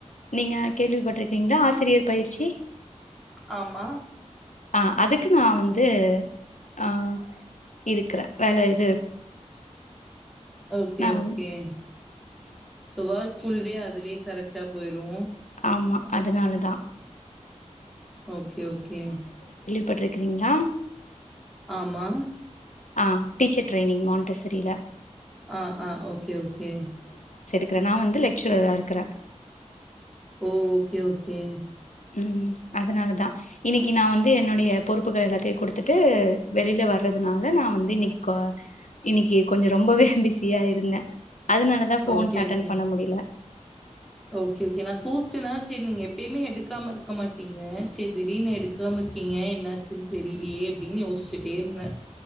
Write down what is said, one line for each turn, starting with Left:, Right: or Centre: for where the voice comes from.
Left: நீங்க கேள்விப்பட்ட எந்த ஆசிரியர் பயிற்சி
Centre: ஆமா
Left: ஆ அதுக்கு நா வந்து ஆ இருக்குறே வேல இது
Centre: ஓகே
Left: நா
Centre: ஓகே
Left: வந்து
Centre: <unintelligible> ஃபுல்டே அதுலே கரெக்டா போயிரு
Left: ஆமா அதனாலதா
Centre: ஓகே ஓகே
Left: பட்ருக்கிறீங்களா
Centre: ஆமா
Left: அ டீச்சர் ட்ரைனிங் மாண்ட்டசரில
Centre: ஆ ஆ ஓகே ஓகே
Left: ருக்கறே நா வந்து லெக்சுரராருக்கிறே
Centre: ஓ ஓகே ஓகே
Left: ம் அதனாலதா இன்னைக்கு நா வந்து என்னுடைய பொறுப்புகள் எல்லாத்தையு குடுத்துட்டு வெளில வர்றதுனால நா வந்து இன்னைக்கு இன்னைக்கு கொஞ்சோ ரொம்பவே பிஸியா இருந்தே அதனாலதா ஃபோன்ஸ்
Centre: ஓகே
Left: அட்டன்
Centre: ஓகே
Left: பண்ண முடியல
Centre: ஓகே ஓகே நா கூப்பட்டன ச்செரி நீங்க எப்பியுமே எடுக்காம இருக்க மாட்டீங்க ச்செரி திடீர்னு எடு காம இருக்கீங்க என்னாச்சுனு தெரிலியே அப்டின் யோசிச்சுட்டேருந்தே